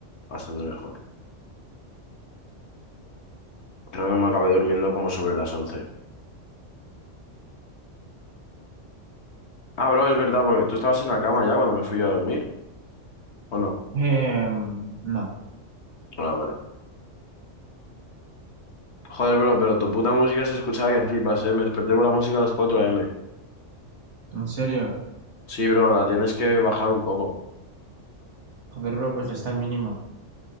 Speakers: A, on the left; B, on the right.
A: bastante mejor. Creo que me acabé durmiendo como sobre las 11. Ah, bro, es verdad, porque tú estabas en la cama ya cuando me fui yo a dormir, ¿o no?
B: Em, no,
A: Ah, vale. Joder, bro, pero tu puta música se escuchaba que flipas, ¿eh? Me desperté por la música a las 4 m
B: en serio.
A: Sí, bro, la tienes que bajar un poco.
B: Joder, bro, pues está al mínimo.